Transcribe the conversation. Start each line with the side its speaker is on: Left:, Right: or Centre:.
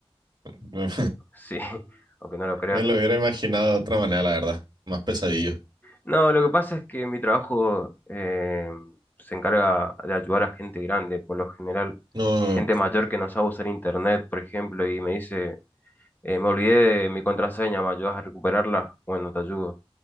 Right: <laughs> me,
Left: sí, <laughs> aunque no lo creas.
Right: me lo hubiera imaginado de otra manera, la verdad. Más pesadillo.
Left: No, lo que pasa es que mi trabajo eh, se encarga de ayudar a gente grande, por lo general
Right: No,
Left: gente
Right: p-
Left: mayor que no sabe usar internet, por ejemplo, y me dice, eh, me olvidé de mi contraseña, ¿me ayudas a recuperarla? Bueno, te ayudo.